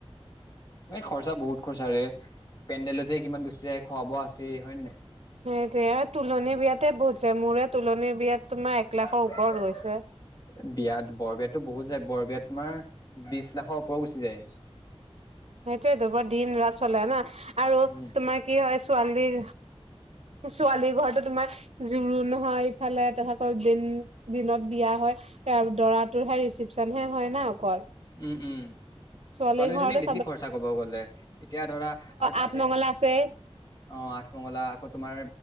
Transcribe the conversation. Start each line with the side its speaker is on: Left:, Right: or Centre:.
Left: এ' খৰচা বহুত খৰচা ৰে পেণ্ডেলতে কিমান গৈছে <unintelligible> খোৱা বোৱা আছৈ হয় নায়।
Right: সেইটোয়ে আৰু তুলনি বিয়াতে বহুত যায় মোৰে তুলনি বিয়াত তোমাৰ এক
Left: বিয়াত,
Right: লাখৰ ওপৰত গৈছে।
Left: বৰবিয়াত তো বহুত যায়, বৰবিয়াত তোমাৰ, বিছ লাখৰ ওপৰ গুচি যায়।
Right: সেইটোৱে তো বৰ দিন-ৰাত চলে ন আৰু
Left: উম
Right: তোমাৰ কি হয় ছোৱালীৰ। ছোৱালীৰ ঘৰতো তোমাৰ জোৰোণ হয়, ইফালে তাৰপিছতক দিন, দিনত বিয়া হয়, দৰাটোৰহে ৰেচিপ। ৰিচিভচনহে হয় ন অকল?
Left: উম উম
Right: ছোৱালী
Left: ছোৱালীজনী
Right: ঘৰ।
Left: বেছি খৰচা ক'ব গ'লে এতিয়া ধৰা আৰু তাতে
Right: আঠমঙলা আছে
Left: অ আঠমঙলা আকৌ তোমাৰ